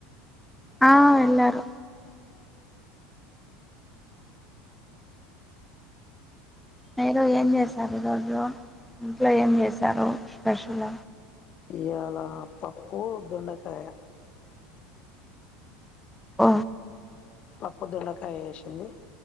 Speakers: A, in the centre; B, on the left.
A: ఆ ఎళ్ళారు మీరు ఏం చేశారు ఈరోోజు ఇంట్లో ఏం చేశారు స్పెషల్
B: ఇయలా పప్పు దొండకాయ
A: ప
B: పప్పు దొండకాయేసింది